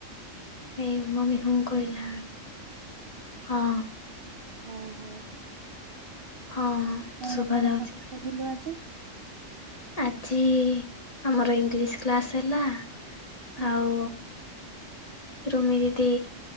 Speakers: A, on the left (about 30°); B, on the right (about 55°).
A: ଏଇ ମମି ହଁ କହିଲା
B: ହୁଁ ହୁଁ
A: ହଁ
B: ହଉ ହଉ।
A: ହଁ
B: କଣ
A: ଶୁଭା
B: କଣ
A: ଯାଉଛି।
B: ପାଠ ପଢିଲ ଆଜି?
A: ଆଜି ଆମର ଇଂଲିଶ କ୍ଲାସ୍ ହେଲା,
B: ହୁଁ
A: ଆଉ ରୁମି ଦିଦି